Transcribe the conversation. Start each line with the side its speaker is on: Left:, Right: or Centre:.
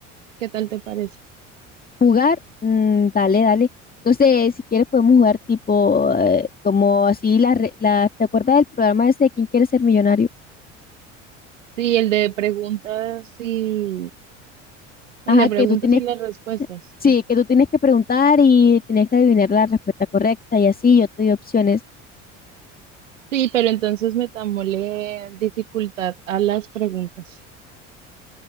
Right: ¿Qué tal te parece?
Left: Jugar, mm, dale, dale. No sé, si quieres podemos jugar tipo, eh, como así, la, re- la, ¿te acuerdas del programa ese de ¿Quién quiere ser millonario?
Right: Sí, el de preguntas y el
Left: Ajá,
Right: de preguntas
Left: que tú tienes,
Right: y las respuestas.
Left: sí,
Right: Sí,
Left: que tú tienes que preguntar y tienes que adivinar la respuesta correcta y así, yo te doy opciones.
Right: sí, pero entonces metámosle dificultad a las preguntas.